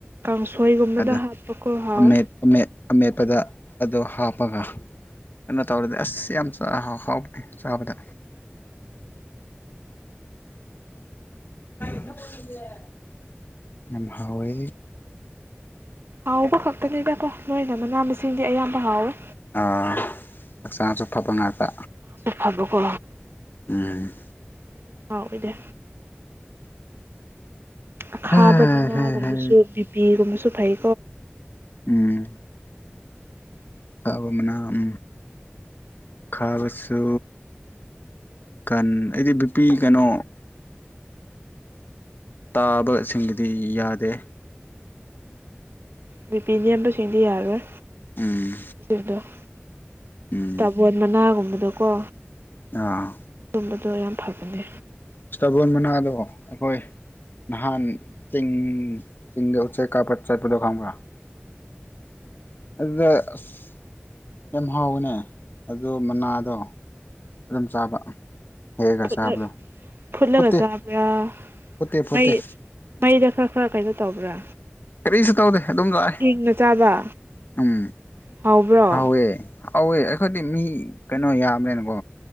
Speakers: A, on the right; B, on the left.
A: ꯀꯥꯡꯁꯣꯏꯒꯨꯝꯕꯗ
B: ꯑꯗꯨ
A: ꯍꯥꯞꯄꯀꯣ ꯍꯥꯎꯋꯦ
B: ꯑꯃꯦꯠ ꯑꯃꯦꯠ ꯑꯃꯦꯠꯄꯗ ꯑꯗꯨ ꯍꯥꯞꯄꯒ ꯀꯩꯅꯣ ꯇꯧꯔꯗꯤ ꯑꯁ ꯌꯥꯝ ꯆꯥ ꯍꯥꯎꯇꯦ ꯆꯥꯕꯗ <unintelligible> ꯌꯥꯝ ꯍꯥꯎꯋꯦ
A: ꯍꯥꯎꯕ ꯈꯛꯇꯅꯤꯗꯀꯣ ꯅꯣꯏꯅ ꯃꯅꯥ ꯃꯁꯤꯡꯗꯤ ꯑꯌꯥꯝꯕ ꯍꯥꯎꯋꯦ
B: ꯐꯥ ꯍꯛꯆꯥꯡꯁꯨ ꯐꯕ ꯉꯥꯛꯇ
A: <unintelligible> ꯐꯕꯀꯣ
B: ꯎꯝ
A: ꯗꯤ ꯑꯗꯨꯝ <unintelligible> ꯑꯣꯏꯗꯦ ꯑꯈꯥꯕ
B: ꯍꯦ
A: ꯃꯅꯥꯒꯨꯝꯕꯁꯨ
B: ꯍꯦ ꯍꯦ
A: ꯕꯤꯄꯤꯒꯨꯝꯕꯁꯨ ꯐꯩ
B: ꯎꯝ
A: ꯐꯩ
B: ꯑꯧ ꯅꯥꯝ ꯈꯥꯕꯁꯨ ꯀꯟ ꯑꯩꯗꯤ ꯕꯤꯄꯤ ꯀꯩꯅꯣ ꯇꯥꯕꯁꯤꯡꯒꯤꯗꯤ ꯌꯥꯗꯦ
A: ꯕꯤꯄꯤ ꯅꯦꯝꯕꯁꯤꯡꯗꯤ ꯌꯥꯔꯣꯏ
B: ꯎꯝ
A: ꯗꯨꯗꫭ
B: ꯎꯝ
A: ꯇꯥꯕꯣꯟ ꯉꯥꯒꯨꯝꯕꯗꯀꯣ
B: ꯑꯥ
A: ꯗꯨꯝꯕꯗꯣ ꯌꯥꯝ ꯐꯕꯅꯦ
B: ꯏꯁꯇꯥꯕꯣꯟ ꯃꯅꯥꯗꯣ ꯑꯩꯈꯣꯏ ꯅꯍꯥꯟ ꯆꯤꯡ ꯆꯤꯡꯗ ꯎꯆꯦꯛ ꯀꯥꯞꯄ ꯆꯠꯄꯗꯣ ꯈꯪꯕ꯭ꯔꯥ ꯑꯗꯨꯗ ꯑꯁ ꯌꯥꯝ ꯍꯥꯎꯋꯅꯦ ꯑꯗꯣ ꯃꯅꯥꯗꯣ ꯑꯗꯨꯝ ꯆꯥꯕ ꯍꯦꯛꯑꯒ
A: ꯐꯨꯠꯂ
B: ꯆꯥꯕꯗꯣ
A: ꯐꯨꯠꯂꯒ
B: ꯐꯨꯠꯇꯦ
A: ꯆꯥꯕ꯭ꯔꯥ
B: ꯐꯨꯠꯇꯦ ꯐꯨꯠꯇꯦ
A: ꯃꯩ ꯃꯩꯗ ꯈꯔ ꯈꯔ ꯀꯩꯅꯣ ꯇꯧꯕ꯭ꯔꯥ
B: ꯀꯔꯤꯁꯨ ꯇꯧꯗꯦ ꯑꯗꯨꯝ ꯂꯥꯛꯑꯦ
A: ꯍꯤꯡꯅ ꯆꯥꯕ
B: ꯎꯝ
A: ꯍꯥꯎꯕ꯭ꯔꯣ
B: ꯍꯥꯎꯋꯦ ꯍꯧꯋꯦ ꯑꯩꯈꯣꯏꯗꯤ ꯃꯤ ꯀꯩꯅꯣ ꯌꯥꯝꯃꯦꯕꯀꯣ